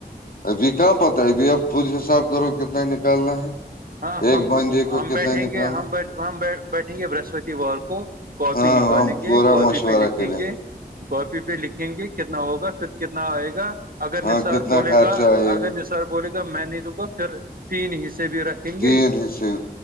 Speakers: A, on the left (about 60°); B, on the right (about 60°).
A: ابھی کہاں پتا ہے ابھی اب خود حساب کرو کتنا نکالنا ہے
B: ہاں
A: ایک
B: ہم
A: بندے کو
B: ہم
A: کتنا
B: بیٹھیں
A: نکالنا
B: گے بیٹھیں گے برہسپتی وار کو کاپی
A: ہاں
B: نکالیں
A: ہم
B: گے
A: پورا
B: کاپی
A: مشورہ
B: پہ لکھیں
A: کریں
B: گے کاپی پہ لکھیں گے کتنا ہوگا پھر کتنا آئے گا اگر
A: ہاں
B: نصار
A: کتنا
B: بولے
A: خرچہ
B: گا
A: آئے
B: اگر
A: گا
B: نصار بولے گا میں نہیں دوں گا پھر تین حصے بھی رکھ رکھیں
A: تین
B: گے
A: حصے